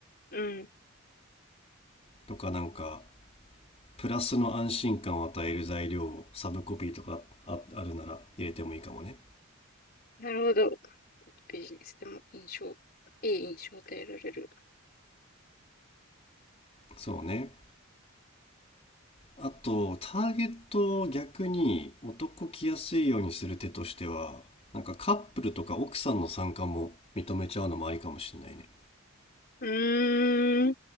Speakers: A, on the left (about 45°); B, on the left (about 30°).
A: うん。
B: とかなんかプラスの安心感を与える材料をサブコピーとかああるなら入れてもいいかもね
A: なるほど。ビジネスでも印象、いい印象で得られる。
B: そうねあとターゲットを逆に男来やすいようにする手としてはなんかカップルとか奥さんの参加も認めちゃうのもありかもしれないね
A: うーん、う